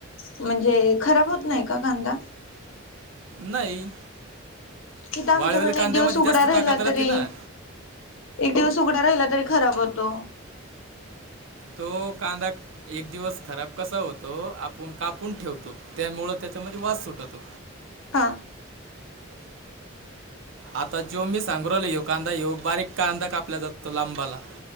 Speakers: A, on the left (about 70°); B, on the right (about 65°).
A: म्हणजे खराब होत नाही का कांदा
B: नाही
A: इथं आमच्याकडन
B: वाळवेल कांद्यामध्ये
A: एक दिवस उघडा
B: जास्त
A: राहिला
B: ताकद राहते
A: तरी
B: ना
A: एक दिवस उघड राहिला तरी खराब होतो.
B: तो कांदा एक दिवस खराब कसा होतो आपण कापून ठेवतो. त्यामुळं त्याच्यामध्ये वास सुटत हो
A: हां
B: आता जो मी सांगरल ये कांदा येऊ बारीक कांदा कापला जातो लांब वाला